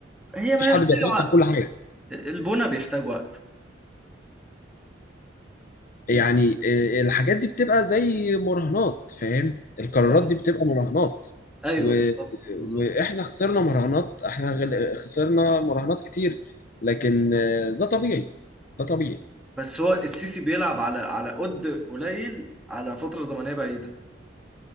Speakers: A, in the centre; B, on the left (about 45°).
A: هي
B: مفيش
A: ما
B: حد
A: محتاجة
B: بيتوقع
A: وقت
B: كل حاجة
A: البنى بيحتاج وقت
B: يعني آه، الحاجات دي بتبقى زي مراهنات فاهم القرارات
A: اه
B: دي بتبقى مراهنات
A: ايوه
B: و...
A: بالظبط بالظبط
B: واحنا خسرنا مراهنات احنا غل... خسرنا مراهنات كتير لكن آه، ده طبيعي ده طبيعي
A: بس هو السيسي بيلعب على على قد قليل على فترة زمنية بعيدة